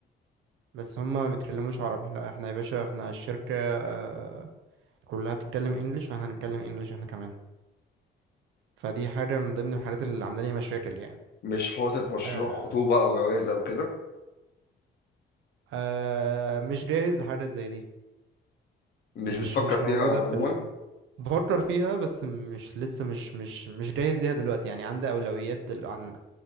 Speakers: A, on the right; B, on the left.
A: بس هما ما بيتكلموش عربي لا احنا يا باشا احنا الشركة آه كلها بتتكلم انجلش فاحنا هنتكلم انجلش احنا كمان فدي حاجة من ضمن الحاجات اللي عاملة لي مشاكل يعني
B: مش حاطط مشروع
A: آه
B: خطوبة أو جواز أو كده
A: آه مش جاهز لحاجة زي دي
B: مش
A: مش
B: بتفكر
A: مش
B: فيها
A: موجودة في
B: عموما
A: ال... بفكر فيها بس مش لسه مش مش مش جاهز ليها دلوقتي يعني عندي أولويات دل... عن